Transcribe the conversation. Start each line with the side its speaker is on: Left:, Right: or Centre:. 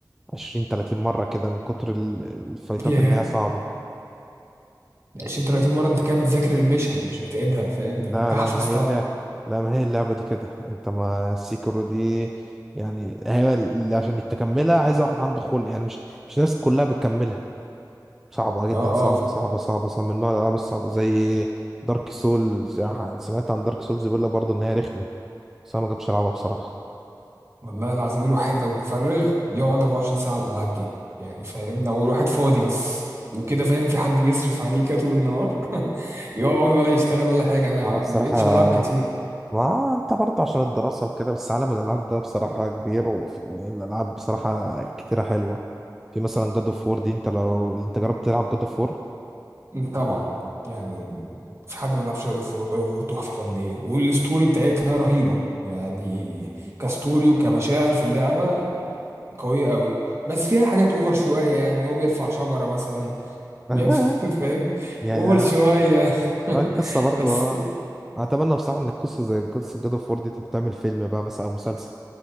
Centre: عشرين تلاتين مرة كده من كتر ال- الفايتات
Right: <laughs> ياه
Centre: ان هي صعبة
Right: 20 30 مره انت كده بتذاكر المشن مش بتعيدها فاهم ده انت
Centre: لا
Right: كده
Centre: لا
Right: حفظتها
Centre: ما هي لا لا ما هي اللعبة دي كده انت ما السيكرو دي يعني هي اللي عشان تكملها عايزة واحد عنده خلق يعني مش مش الناس كلها بتكملها صعبة جدا
Right: اه
Centre: صعبة
Right: اه
Centre: صعبة صعبة صعبة من نوع الألعاب الصعبة زي دارك سولز سمعت عن دارك سولز بيقول لك برضه إن هي رخمة بس أنا ما جبتش ألعبها بصراحة
Right: والله العظيم الواحد لو متفرغ يقعد 24 ساعه على الالعاب دي يعني فاهم لو الواحد فاضي بس وكده فاهم في حد بيصرف عليه كده طول النهار <laughs> يقعد ولا يشتغل ولا حاجه انا
Centre: ما هو بصراحة
Right: ما بقتش بلعب كتير
Centre: ما انت برضه عشان الدراسة وكده بس عالم الألعاب ده بصراحة كبير وف- والألعاب بصراحة كتيرة حلوة في مثلا جاد اوف وور دي انت لو انت جربت تلعب جاد اوف وور
Right: طبعا يعني في حد ما لعبش جاد اوف وور جاد اوف وور تحفه فنيه والستوري بتاعتها رهيبه يعني كستوري وكمشاعر في اللعبه قويه قوي بس فيها حاجات اوفر شويه يعني ان هو بيرفع شجره مثلا
Centre: <laughs>
Right: بيعمل <laughs> فاهم
Centre: يا
Right: اوفر شويه <laughs>
Centre: آه، القصة برضه
Right: بس
Centre: آه. أتمنى بصراحة إن القصة زي قصة جاد اوف وور دي تبقى تعمل فيلم بقى مثلا أو مسلسل